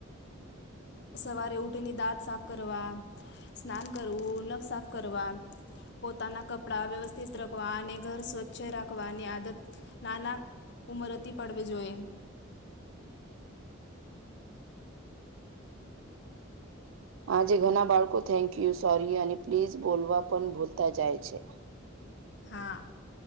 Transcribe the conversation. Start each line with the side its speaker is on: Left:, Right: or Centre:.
Left: સવારે ઉઠીને દાંત સાફ કરવા, સ્નાન કરવું નખ સાફ કરવા. પોતાના કપડાં વ્યવસ્થિત રખવા અને ઘર સ્વચ્છ રાખવાની આદત, નાના ઉંમર હતી પાડવી જોઈએ.
Right: <inaudible> આજે ઘણા બાળકો થેન્ક યુ સોરી અને પ્લીઝ બોલવા પણ ભૂલતા જાય છે
Left: હા